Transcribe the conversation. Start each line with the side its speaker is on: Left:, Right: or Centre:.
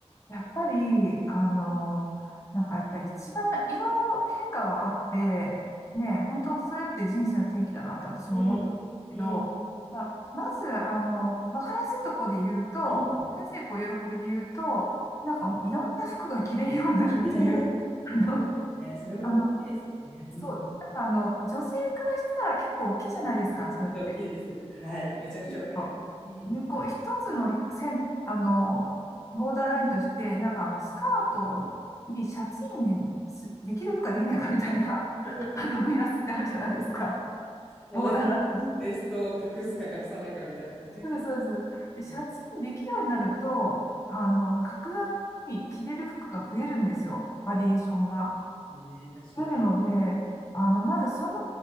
Left: やっぱり、あの、なんかやっぱり一番いろいろ変化はあって、ね、本当それって人生の転機だなって私も思ったんですけど、
Centre: うん。うん。
Left: まあ、まず、あの、わかりやすいところで言うと、わかりやすいこう喜びで言うと、
Centre: うん。
Left: なんかもういろんな服が着れるようになるっていう、
Centre: <laughs>
Left: あの、
Centre: ね、それも大きいですよね。
Left: あの、そう、
Centre: うん。
Left: なんかあの、女性からしたら結構大きいじゃないですか、
Centre: <laughs>
Left: それって。
Centre: 大きいです。はい。めちゃくちゃわかります。
Left: うん
Centre: うん。
Left: で、こう、一つの線、あの、ボーダーラインとして、なんかあの、スカートにシャツインすできるかできないかみたいな、<laughs>
Centre: <laughs>
Left: あの、目安ってあるじゃないですか。
Centre: もうなんか、
Left: ボーダーライン。
Centre: ベストを隠すか隠さないかみたいなね。
Left: そうです、そうです。で、シャツインできるようになると、
Centre: う
Left: あの、格段に着れる服が増えるんですよ。バリエーションが。
Centre: んね、確かに。
Left: 出るので、あの、まずその、